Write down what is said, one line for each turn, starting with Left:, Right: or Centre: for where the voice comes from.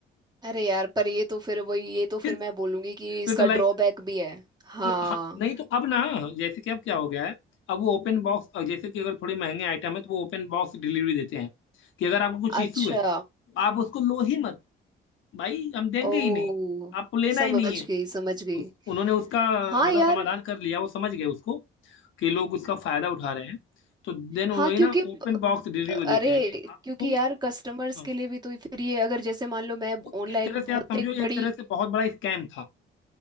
Right: अरे यार पर ये तो फिर वही ये तो
Left: ये
Right: फिर
Left: तो,
Right: मैं बोलूंगी कि इसका
Left: ये तो लाइक
Right: ड्रॉबैक भी है हाँ
Left: हाँ नहीं तो अब ना जैसे कि अब क्या हो गया है अब वो ओपन बॉक्स जैसे कि अगर थोड़े महंगे आइटम है तो वो ओपन बॉक्स डिलीवरी देते हैं कि अगर आपको कुछ इशू
Right: अच्छा
Left: है आप उसको लो ही मत भाई हम देंगे
Right: ओ
Left: ही नहीं आपको लेना
Right: समझ
Left: ही नहीं है
Right: गई समझ गई
Left: उस, उन्होंने उसका
Right: हाँ
Left: मतलब
Right: यार
Left: समाधान कर लिया वो समझ गए उसको कि लोग उसका फायदा उठा रहे हैं तो देन वही
Right: हाँ क्योंकि
Left: ना ओपन बॉक्स डिलीवरी को
Right: अरे
Left: देते हैं कि आपको
Right: क्योंकि यार कस्टमर्स
Left: हाँ
Right: के लिए भी तो फिर ये अगर जैसे मान लो मैं
Left: वो
Right: ऑनलाइन
Left: एक तरह से
Right: बहुत
Left: आप समझो
Right: एक बड़ी
Left: एक तरह से बहुत बड़ा स्कैम था